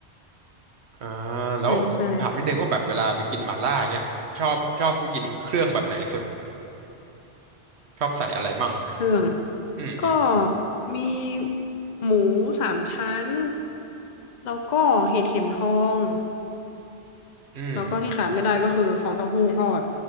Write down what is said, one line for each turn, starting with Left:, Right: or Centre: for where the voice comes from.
Right: อ่าแล้วผมถามนิดนึงว่าแบบเวลาไปกินหม่าล่าเงี้ยชอบชอบกินเครื่องแบบไหนสุด
Left: <laughs> ใช่ใช่
Right: ชอบใส่อะไรมั่ง
Left: เครื่อง
Right: อืมอืม
Left: ก็มีหมูสามชั้นแล้วก็เห็ดเข็มทอง
Right: อืม
Left: แล้วก็ที่ขาดไม่ได้ก็คือฟองเต้าหู้ทอด